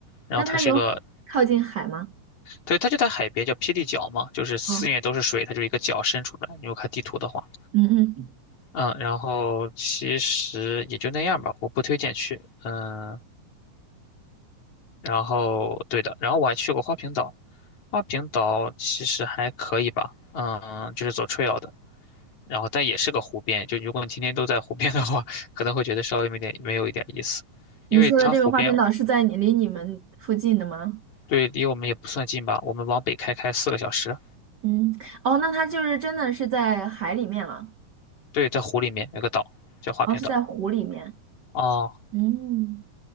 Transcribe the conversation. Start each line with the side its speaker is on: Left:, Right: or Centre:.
Left: 然后它是一个，
Right: 那它有靠近海吗？
Left: 对，它就在海边，叫霹雳角嘛，就是四面都是水，
Right: 嗯
Left: 它就是一个角伸出来。你如果看地图的话，
Right: 嗯嗯，
Left: 嗯，然后其实也就那样吧，我不推荐去，嗯、然后对的，然后我还去过花瓶岛，花瓶岛其实还可以吧，嗯，就是走 trail 的，然后但也是个湖边，就如果你天天都在湖边的话，可能会觉得稍微没点没有一点意思，
Right: 你说的这个花瓶岛是在你离你们附近的吗？
Left: 因为它湖边对离我们也不算近吧，我们往北开开四个小时，
Right: 嗯，哦，那它就是真的是在海里面了，
Left: 对，在湖里面有个岛叫花瓶岛，
Right: 哦，是在湖里面。
Left: 哦，
Right: 嗯。